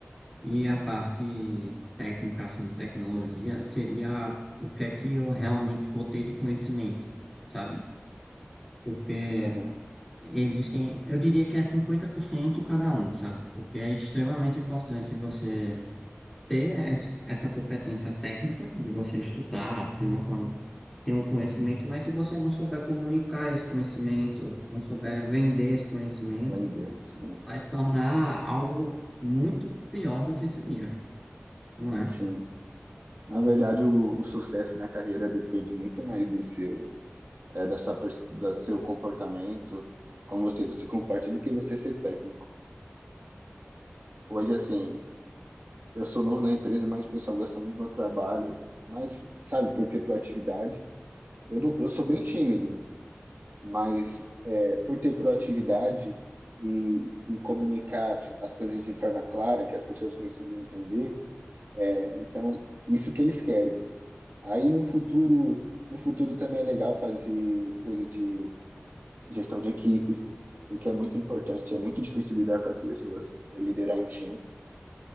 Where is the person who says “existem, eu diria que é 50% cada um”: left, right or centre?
Centre